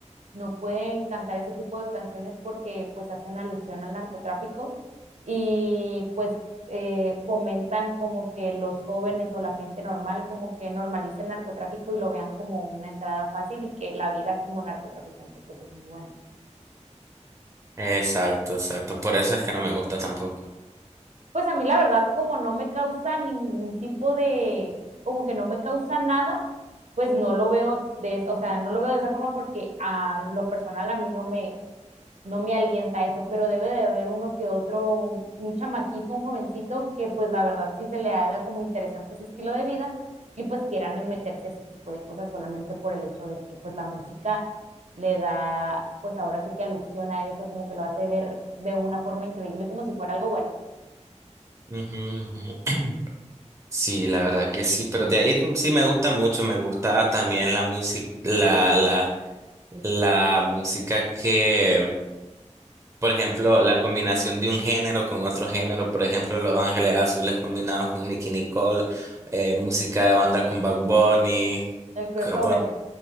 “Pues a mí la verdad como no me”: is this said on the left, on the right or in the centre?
Right